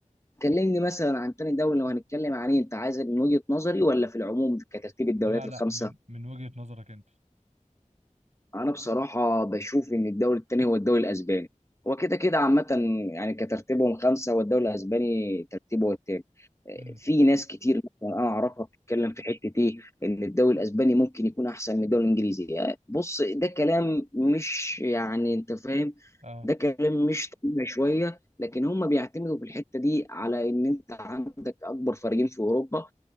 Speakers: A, on the left; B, on the right.
A: هتكلمني مثلا عن تاني دوري لو هنتكلم عن إيه، انت عايز من وجهه نظري ولا في العموم كترتيب الدوريات
B: لا
A: الخمسه
B: لا من من وجهة نظرك أنت
A: انا بصراحه بشوف ان الدوري الثاني هو الدوري الاسباني هو كده كده عامه يعني كترتيبهم خمسه والدوري الاسباني ترتيبه هو الثاني
B: امم
A: في ناس كتير مثلا انا اعرفها بتتكلم في حته ايه ان الدوري الاسباني ممكن يكون احسن من الدوري الانجليزي بص ده كلام مش يعني انت فاهم
B: اه
A: ده كلام مش طبيعي شويه لكن هم بيعتمدوا في الحته دي على ان انت عندك اكبر فريقين في اوروبا